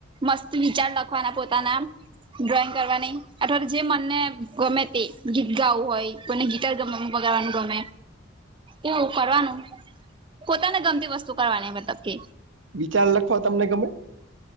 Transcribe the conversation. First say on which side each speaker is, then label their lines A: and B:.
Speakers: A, on the right (about 25°); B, on the right (about 80°).
A: મસ્ત વિચાર લખવાના પોતાના આમ ડ્રોઈંગ કરવાની અથવા જે મનને ગમે તે, ગીત ગાવું હોય કોઈ ને ગીત અત્યારે તો <inaudible> ગમે. એવું કરવાનું, પોતા ને ગમતી વસ્તુ કરવાની મતલબ કે
B: વિચાર લખવા તમને ગમે?